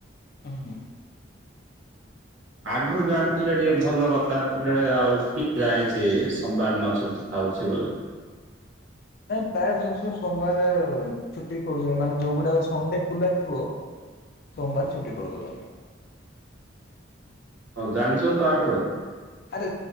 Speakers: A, on the left (about 50°); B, on the right (about 80°).
A: ହଁ
B: ଆଗରୁ ଜାଣିଥିଲେ ଟିକେ ଭଲ କଥା ଯେ ଆଉ କି ମୁଁ ଯାଣିଛି ସୋମବାର ନ ଛଟି ଦଉଛି ବୋଲି।
A: ନାଇଁ ପ୍ରାୟ ଜିନିଷ ସୋମବାରେ ଛୁଟି କରୁଛନ୍ତି ମାନେ ଯୋଉଗୁଡାକ ସଣ୍ଡେ ଖୋଲା ଥିବ। ସୋମବାରେ ଛୁଟି କରି ଦୋଉଚନ୍ତି।
B: ହଉ ଜାଣିଚ ତ ଆଗରୁ
A: ଆରେ